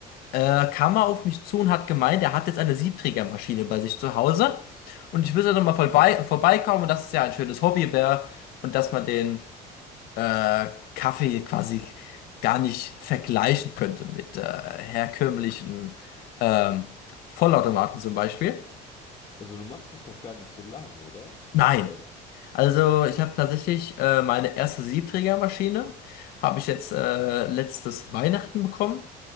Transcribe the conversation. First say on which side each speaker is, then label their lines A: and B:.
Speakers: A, on the left; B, on the left.
A: äh, kam er auf mich zu und hat gemeint, er hat jetzt eine Siebträgermaschine bei sich zu Hause. Und ich will da nochmal vorbei, vorbeikommen. Und das ist ja ein schönes Hobby wäre und dass man den äh, Kaffee quasi gar nicht vergleichen könnte mit äh, herkömmlichen ähm, Vollautomaten zum Beispiel.
B: Also du machst es noch gar nicht so lang, oder?
A: Nein,
B: Dann.
A: also ich habe tatsächlich äh, meine erste Siebträgermaschine, habe ich jetzt äh, letztes Weihnachten bekommen.